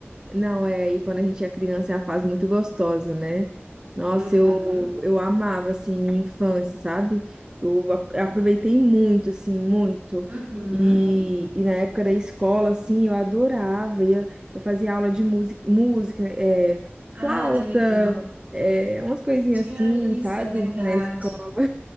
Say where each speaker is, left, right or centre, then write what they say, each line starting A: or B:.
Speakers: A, on the right (about 20°); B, on the right (about 40°).
A: Não, é aí quando a gente é criança é uma fase muito gostosa, né? Nossa,
B: Uhum.
A: eu, eu amava, assim, minha infância, sabe? Eu a- aproveitei muito, assim, muito.
B: Uhum.
A: E, e na época da escola, assim, eu adorava. ia- Eu fazia aula de música, música, é,
B: Ah,
A: flauta,
B: que legal.
A: é, umas coisinhas
B: Tinha
A: assim,
B: isso,
A: sabe?
B: é verdade.
A: Na escola.